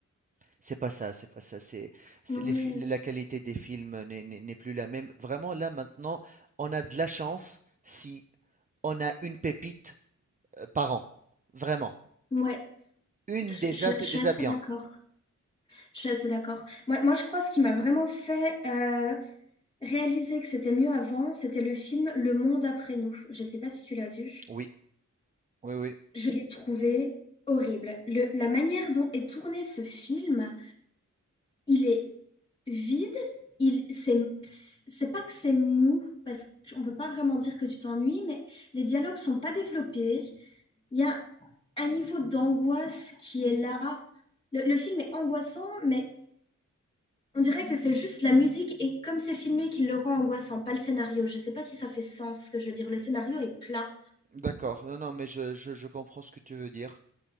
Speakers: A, on the right; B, on the left.
A: C'est pas ça, c'est pas ça. C'est, c'est
B: Ouais.
A: les fi- la qualité des films n'est n'est- n'est plus la même. Vraiment, là, maintenant, on a de la chance si on a une pépite euh, par an. Vraiment.
B: Ouais,
A: Une
B: je,
A: déjà,
B: je-
A: c'est
B: je suis
A: déjà
B: assez
A: bien.
B: d'accord. Je suis assez d'accord. Moi, moi, je crois ce qui m'a vraiment fait euh, réaliser que c'était mieux avant, c'était le film Le Monde après nous. Je sais pas si tu l'as vu.
A: Oui, oui, oui.
B: Je l'ai trouvé horrible. Le- la manière dont est tourné ce film, il est vide. Il, c'est, c'est pas que c'est mou, parce qu'on peut pas vraiment dire que tu t'ennuies, mais les dialogues sont pas développés. Il y a un niveau d'angoisse qui est là. Le, le film est angoissant, mais on dirait que c'est juste la musique et comme c'est filmé qui le rend angoissant, pas le scénario. Je sais pas si ça fait sens ce que je veux dire. Le scénario est plat.
A: D'accord. Non, non, mais je, je, je comprends ce que tu veux dire.